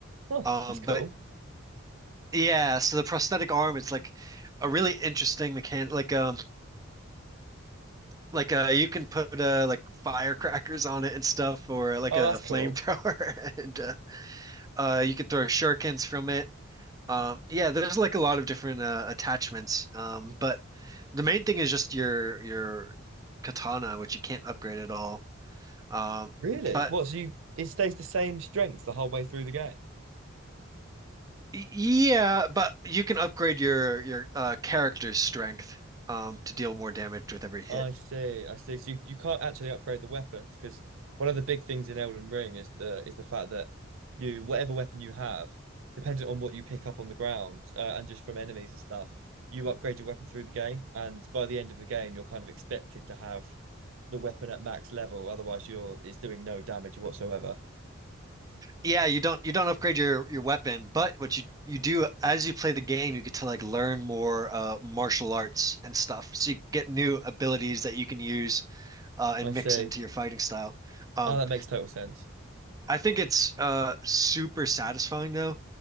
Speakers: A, on the right; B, on the right.
A: Oh,
B: Um,
A: that's cool.
B: but yeah, so the prosthetic arm, it's like a really interesting mechanic. Like um, like uh, you can put uh like firecrackers on it and stuff, or like
A: Oh,
B: a
A: that's
B: flamethrower,
A: cool.
B: <laughs> and uh, uh, you could throw shurikens from it. Um, yeah, there's like a lot of different uh, attachments. Um, but the main thing is just your your katana, which you can't upgrade at all. Um,
A: Really?
B: but
A: What, so you it stays the same strength the whole way through the game?
B: yeah, but you can upgrade your your uh, character's strength um, to deal more damage with every hit.
A: I see, I see. So you, you can't actually upgrade the weapons because one of the big things in Elden Ring is the is the fact that you whatever weapon you have, depending on what you pick up on the ground uh, and just from enemies and stuff, you upgrade your weapon through the game, and by the end of the game, you're kind of expected to have the weapon at max level. Otherwise, you're it's doing no damage whatsoever.
B: Yeah, you don't you don't upgrade your your weapon, but what you you do as you play the game, you get to like learn more uh, martial arts and stuff. So you get new abilities that you can use uh, and
A: I see.
B: mix into your fighting style. Um,
A: Oh, that makes total sense.
B: I think it's uh, super satisfying though.